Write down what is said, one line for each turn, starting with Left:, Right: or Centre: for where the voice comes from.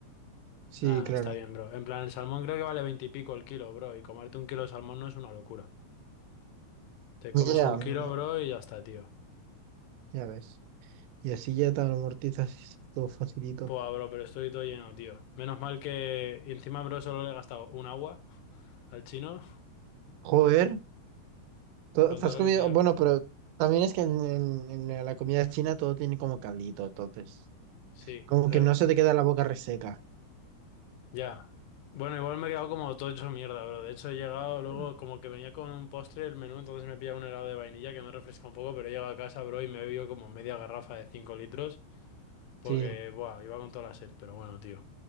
Right: sí,
Left: Nada,
Right: claro.
Left: está bien, bro. En plan, el salmón creo que vale 20 y pico el kilo, bro. Y comerte un kilo de salmón no es una locura. Te comes
Right: Ya,
Left: un
Right: mm,
Left: kilo, bro, y ya está, tío.
Right: ya ves. Y así ya te amortizas todo facilito.
Left: Buah, bro, pero estoy todo lleno, tío. Menos mal que y encima, bro, solo le he gastado un agua <laughs> al chino
Right: Joder, to-
Left: con
Right: te
Left: todo
Right: has
Left: lo
Right: comido,
Left: que he pillado.
Right: bueno, pero también es que en, en- en la comida china todo tiene como caldito, entonces,
Left: Sí,
Right: como
Left: le-
Right: que no se te queda la boca reseca.
Left: ya. Bueno, igual me he quedado como todo hecho mierda, bro. De hecho, he llegado luego
Right: Mm.
Left: como que venía con un postre el menú, entonces me he pillado un helado de vainilla que me refresca un poco, pero he llegado a casa, bro, y me he bebido como media garrafa de 5 litros porque,
Right: Sí,
Left: buah, iba con toda la sed, pero bueno, tío.